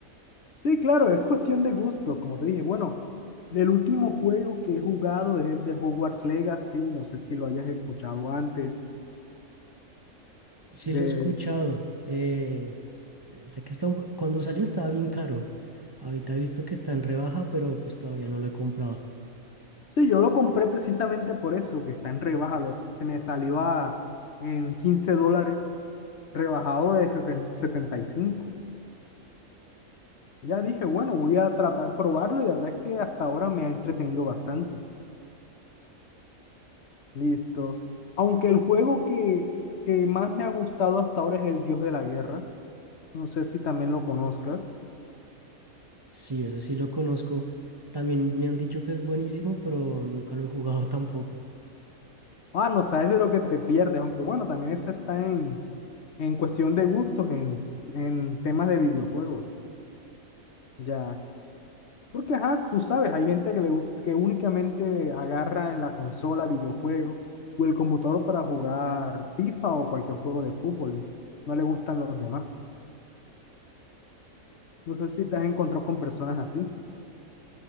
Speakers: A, on the left (about 60°); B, on the right (about 25°).
A: Sí, claro, es cuestión de gustos, como te dije. Bueno, el último juego que he jugado es el de Hogwarts Legacy, no sé si lo hayas escuchado antes.
B: Sí
A: De...
B: lo he escuchado. eh, sé que está, un- cuando salió estaba bien caro. Ahorita he visto que está en rebaja, pero pues todavía no lo he comprado.
A: Sí, yo lo compré precisamente por eso, que está en rebaja, lo- se me salió a, en 15 dólares, rebajado de seten- setenta y cinco Ya dije, bueno, voy a tratar de probarlo y la verdad es que hasta ahora me ha entretenido bastante. Listo. Aunque el juego que, que más me ha gustado hasta ahora es el Dios de la Guerra, no sé si también lo conozcas.
B: Sí, eso sí lo conozco. También me han dicho que es buenísimo, pero nunca lo he jugado <laughs> tampoco.
A: Ah, no sabes de lo que te pierdes, aunque bueno, también eso está en, en cuestión de gustos, en, en temas de videojuegos, ya. Porque, ajá, tú sabes, hay gente que, le, gust- que únicamente agarra en la consola videojuegos o el computador para jugar FIFA o cualquier juego de fútbol. No le gustan los demás. No sé si te has encontrado con personas así.